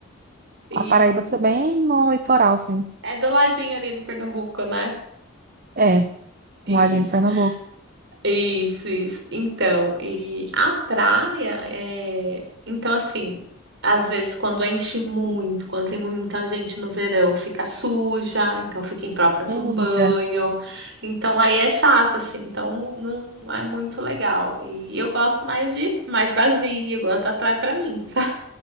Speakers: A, on the right; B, on the right.
A: E,
B: A Paraíba foi bem no litoral, sim.
A: É do ladinho ali do Pernambuco, né?
B: É,
A: Isso,
B: no ladinho de Pernambuco.
A: isso, isso. Então, e a praia é. Então, assim, às vezes quando enche muito, quando tem muita gente no verão, fica suja, então fica imprópria para
B: Eita,
A: o banho. Então, aí é chato, assim, então não, não é muito legal. E eu gosto mais de mais vazia, eu gosto da praia para mim, <laughs> sabe?